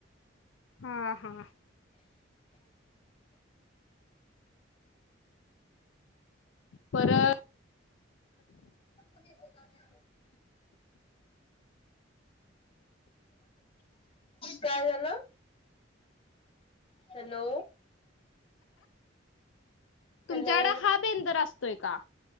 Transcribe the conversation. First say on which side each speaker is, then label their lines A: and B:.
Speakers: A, on the left (about 75°); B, on the left (about 30°).
A: हा, हा परत
B: केत जाण्या काय झालं हॅलो
A: तुमच्याकड
B: हॅलो
A: हा बेंदर असतोय का